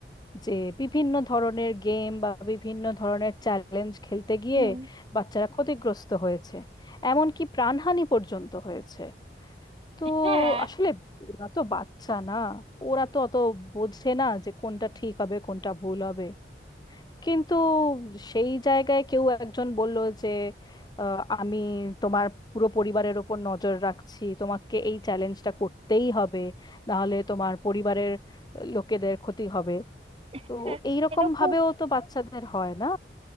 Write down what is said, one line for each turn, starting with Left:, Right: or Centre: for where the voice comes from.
Left: যে বিভিন্ন ধরনের গেম বা বিভিন্ন ধরনের চ্যালেঞ্জ খেলতে গিয়ে
Right: হুম
Left: বাচ্চারা ক্ষতিগ্রস্ত হয়েছে এমনকি প্রাণহানি পর্যন্ত হয়েছে তো
Right: হ্যাঁ
Left: আসলে ওরা তো বাচ্চা না ওরা তো অত বোঝে না যে কোনটা ঠিক হবে কোনটা ভুল হবে কিন্তু সেই জায়গায় কেউ একজন বলল যে আহ, আমি তোমার পুরো পরিবারের ওপর নজর রাখছি তোমাকে এই চ্যালেঞ্জটা করতেই হবে নাহলে তোমার পরিবারের লোকেদের ক্ষতি হবে
Right: হ্যাঁ
Left: তো এইরকম
Right: এরকম
Left: ভাবেও তো বাচ্চাদের হয় না